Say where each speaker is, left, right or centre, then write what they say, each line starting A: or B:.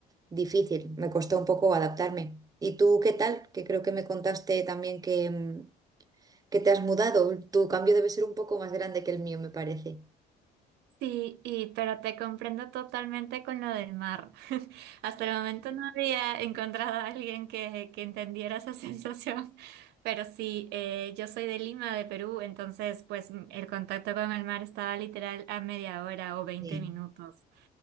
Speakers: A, on the right (about 20°); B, on the right (about 80°).
A: difícil, me costó un poco adaptarme. ¿Y tú qué tal? Que creo que me contaste también que, mm, que te has mudado. Tu cambio debe ser un poco más grande que el mío, me parece.
B: Sí, y, pero te comprendo totalmente con lo del mar. <laughs> Hasta el momento no había encontrado a alguien que, que entendiera esa <laughs> sensación, pero sí, eh, yo soy de Lima, de Perú, entonces pues m- el contacto con el mar estaba literal a media hora o veinte
A: Sí.
B: minutos